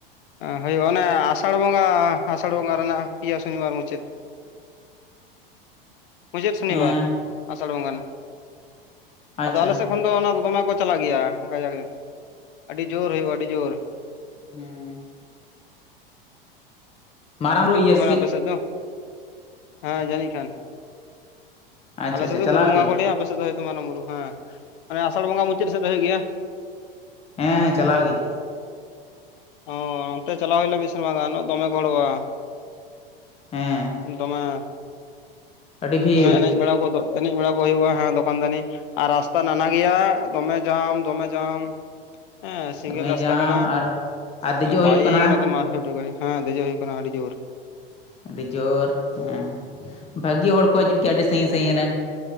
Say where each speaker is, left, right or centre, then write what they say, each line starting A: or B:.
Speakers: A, on the left; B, on the left.
A: ᱦᱩᱭᱩᱜᱟ ᱚᱱᱮ ᱟᱥᱟᱲ ᱵᱚᱸᱜᱟ, ᱟᱥᱟᱲ ᱵᱚᱸᱜᱟ ᱨᱮᱱᱟᱜ ᱯᱮᱭᱟ ᱥᱚᱱᱤᱵᱟᱨ ᱢᱩᱪᱟᱹᱫ᱾ <inaudible> ᱢᱩᱪᱟᱹᱫ ᱥᱚᱱᱤᱵᱟᱨ
B: ᱦᱮᱸ
A: ᱟᱥᱟᱲ ᱵᱚᱸᱜᱟ ᱨᱮᱱᱟᱜ ᱾
B: ᱟᱪᱪᱷᱟ
A: ᱟᱫᱚ ᱟᱞᱮ ᱥᱮᱫ ᱛᱚᱠᱷᱚᱱ ᱫᱚ ᱚᱱᱟ ᱫᱚ ᱫᱚᱢᱮ ᱠᱚ ᱪᱟᱞᱟᱜ ᱜᱮᱭᱟ᱾ ᱠᱟᱡᱟᱠ ᱧᱚᱜ ᱟᱹᱰᱤ ᱡᱳᱨ ᱦᱩᱭᱩᱜᱼᱟ ᱟᱹᱰᱤ ᱡᱳᱨ᱾
B: ᱦᱩᱸ, ᱢᱟᱨᱟᱝ ᱵᱩᱨᱩ
A: ᱪᱮᱫ
B: ᱤᱭᱟᱹ
A: ᱠᱚ ᱢᱮᱱᱟ ᱟᱯᱮ ᱥᱮᱫ ᱫᱚ, ᱦᱮᱸ ᱡᱟᱹᱱᱤᱡ ᱠᱷᱟᱱ᱾
B: ᱟᱪᱪᱷᱟ
A: ᱟᱞᱮ ᱥᱮᱫ
B: ᱟᱪᱪᱷᱟ
A: ᱫᱚ
B: ᱪᱟᱞᱟᱣ
A: ᱵᱩᱨᱩ ᱵᱚᱸᱜᱟ
B: ᱜᱮ
A: ᱠᱚ ᱞᱟᱹᱭᱟ ᱟᱯᱮ ᱥᱮᱫ ᱫᱚ ᱦᱳᱭᱛᱚ ᱢᱟᱨᱟᱝ ᱵᱩᱨᱩ ᱦᱮᱸ ᱢᱟᱱᱮ ᱟᱥᱟᱲ ᱵᱚᱸᱜᱟ ᱢᱩᱪᱟᱹᱫ ᱥᱮᱫ ᱫᱚ ᱦᱩᱭᱩᱜ ᱜᱮᱭᱟ᱾
B: ᱦᱮᱸ ᱪᱟᱞᱟᱣ ᱜᱮ᱾
A: ᱚ ᱚᱱᱛᱮ ᱪᱟᱞᱟᱣ ᱦᱩᱭᱞᱮᱱᱟ ᱢᱤᱫᱥᱮᱨᱢᱟ ᱜᱟᱱ ᱫᱚᱢᱮ ᱠᱚ ᱦᱚᱲᱚᱜᱼᱟ᱾
B: ᱦᱮᱸ
A: ᱫᱚᱢᱮ,
B: ᱟᱹᱰᱤ ᱵᱷᱤᱲ
A: ᱮᱱᱮᱡ ᱵᱟᱲᱟ ᱠᱚᱫᱚ, ᱮᱱᱮᱡ ᱵᱟᱲᱟ ᱠᱚ ᱦᱩᱭᱩᱜᱼᱟ᱾ ᱦᱮᱸ ᱫᱚᱠᱟᱱ ᱫᱟᱱᱤ᱾ ᱟᱨ ᱨᱟᱥᱛᱟ ᱱᱟᱱᱟ ᱜᱮᱭᱟ ᱫᱚᱢᱮ ᱡᱟᱢ ᱫᱚᱢᱮ ᱡᱟᱢ᱾ ᱦᱮᱸ ᱥᱤᱸᱜᱮᱞ
B: ᱫᱚᱢᱮ
A: ᱨᱟᱥᱛᱟ
B: ᱡᱟᱢ
A: ᱠᱟᱱᱟ᱾
B: ᱟᱨ ᱟᱨ ᱫᱮᱡᱚᱜ
A: ᱵᱟᱭᱤᱠ
B: ᱦᱩᱭᱩᱜ ᱠᱟᱱᱟ
A: ᱱᱚᱛᱮ ᱢᱟᱥᱴ ᱦᱮ, ᱸ ᱫᱮᱡᱮ ᱦᱳᱭ ᱠᱟᱱᱟ ᱟᱹᱰᱤ ᱡᱳᱨ᱾
B: ᱟᱹᱰᱤ ᱡᱳᱨ ᱦᱮᱸ, ᱵᱷᱟᱹᱜᱮ ᱦᱚᱲ ᱠᱚ ᱦᱤᱡᱩᱜ ᱜᱮᱭᱟ ᱟᱹᱰᱤ ᱥᱟᱺᱜᱤᱧ ᱥᱟᱺᱜᱤᱧ ᱨᱮᱱ᱾